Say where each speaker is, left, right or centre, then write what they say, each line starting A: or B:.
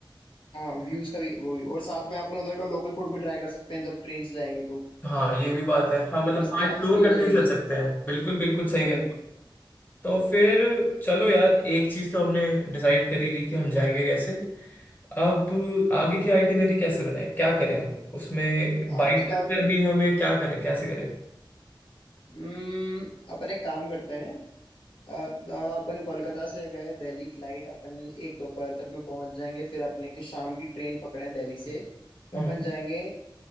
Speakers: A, on the left; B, on the left.
A: हाँ व्यूज का भी वो भी और साथ में अपन उधर का लोकल फूड भी ट्राई कर सकते हैं जब ट्रेन से जाएंगे तो
B: हाँ ये भी बात है हाँ मतलब
A: और मस्ती
B: हाँ
A: का
B: एक्सप्लोर
A: मस्ती हो
B: करते
A: जाएगी
B: हुए चल सकते हैं बिल्कुल बिल्कुल सही
A: हम्म
B: कह रहे हो। तो फिर चलो यार एक चीज तो हमने डिसाइड कर ही ली कि हम जाएंगे कैसे अब आगे की आइटिनरी कैसे बनाए क्या करें हम उसमें
A: आगे
B: बाइक
A: का
B: ट्रिप करनी है हमें क्या करें कैसे करें
A: हम्म अपन एक काम करते हैं अ, अ, अपन कोलकाता से गए दिल्ली फ्लाइट अपन एक दोपहर तक में पहुंच जाएंगे फिर अपने की शाम की ट्रेन पकड़े दिल्ली से तो
B: हम्म
A: अपन जाएंगे